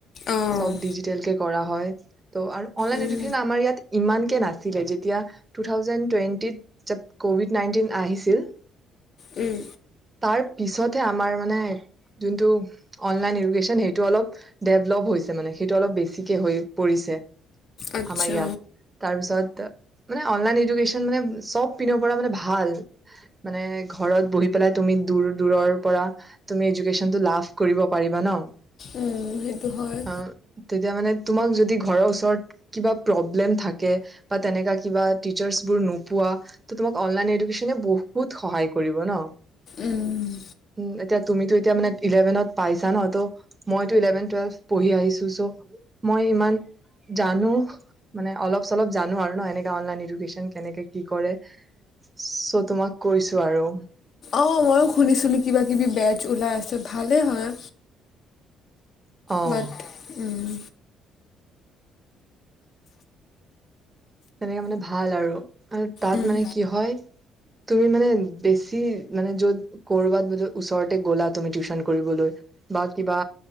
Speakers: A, on the left (about 55°); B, on the right (about 20°).
A: অ'
B: চব ডিজিটেল কে কৰা হয়। ত' আৰু অনলাইন
A: উম
B: এডুকেশ্যন আমাৰ ইয়াত ইমানকে নাছিলে যেতিয়া টু থাউজ্যান্ড টুৱেনটিত যাব কভিড নাইনটিন নাইটিন আহিছিল
A: উম।
B: তাৰ পিছতহে আমাৰ মানে যোনটো অনলাইন ইডুকেশ্যন সেইটো অলপ ডেভলপ হৈছে মানে সেইটো অলপ বেছিকে হৈ পৰিছে।
A: আচ্ছা।
B: আমাৰ ইয়াত তাৰপিছত মানে অনলাইন এডুকেশ্চন মানে চব পিনৰ পৰা মানে ভাল। মানে ঘৰত বহি পেলাই তুমি দূৰ দূৰৰ পৰা তুমি এডুকেশ্চনটো লাভ কৰিব পাৰিবা ন।
A: উম সেইটো হয়
B: অ তেতিয়া মানে তোমাক যদি ঘৰৰ ওচৰত কিবা প্ৰব্লেম প্ৰবলেম থাকে বা তেনেকা কিবা টিচচাৰবোৰ নোপোৱা অনলাইন এডুকেশ্চনে বহুত সহায় কৰিব ন,
A: উম
B: উম এতিয়া তুমি টো এতিয়া ইলেভেন পাইছা ন মইতো ইলেভেন টুৱেলভ পঢ়ি আহিছো চ' মই ইমান জানো। মানে অলপ চলপ জানো আৰু ন এনেকে অনলাইন এডুকেচন কেনেকে কি কৰে চ' তোমাক কৈছো আৰু
A: অ ময়ো শুনিছিলো কিবা কিবি বেজ ওলাই আছে ভালেই হয়।
B: অ
A: বাট উম।
B: তেনেকে মানে ভাল আৰু। আৰু তাত
A: উম
B: মানে কি হয় তুমি মানে বেছি মানে যত কৰবাত যদি ওচৰতে গলা তুমি টিউচনলৈ কৰিবলৈ বা কিবা